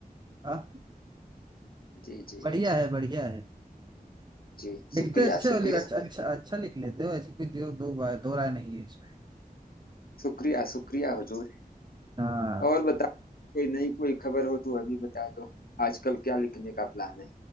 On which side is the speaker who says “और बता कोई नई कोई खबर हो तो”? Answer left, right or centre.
Left